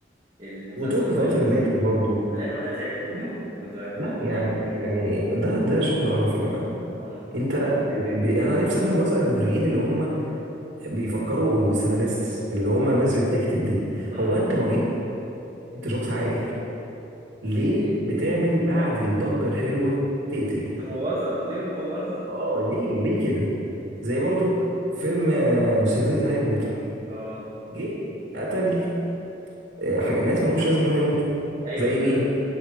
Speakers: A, on the right; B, on the right.
A: المسلسل
B: وتوكو
A: خالص
B: في الاخر ماتت برضه
A: في الاخر انا زعلت
B: لا
A: جدا كنت بحبها
B: لا، يعني يعني ده ده شغل قرف يا جماعه
A: اه
B: انت ب... ب... ب... انا نفسي افهم اصلا المخرجين اللي هم بيفكروا او السيناريستس اللي هم الناس اللي بتكتب دي
A: اه
B: هو انت مريض انت شخص عاقل ليه
A: إيه،
B: بتعمل بعد الضجة الحلوة تقتل
A: تبوظها ليه بتبوظها
B: اه ليه ليه كده زي برضو فيلم آه، سلسلة هاري بوتر
A: اه
B: جه قتل آه، حاجة ناس ما لهمش لازم ان هم يموتوا
A: ايوه
B: زي
A: فعلا
B: مين